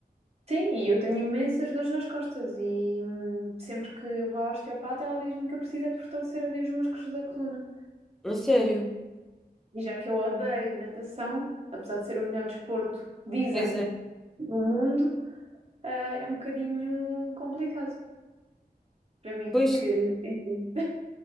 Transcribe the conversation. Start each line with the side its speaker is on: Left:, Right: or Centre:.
Right: Sim, e eu tenho imensas dores nas costas e hum, sempre que eu vou ao osteopata ela diz-me que eu preciso é de fortalecer ali os músculos da coluna.
Centre: A sério.
Right: E já que eu odeio natação, apesar de ser o melhor desporto, dizem,
Centre: Pois é.
Right: no mundo, ah, é um bocadinho complicado para mim,
Centre: Pois
Right: que, enfim.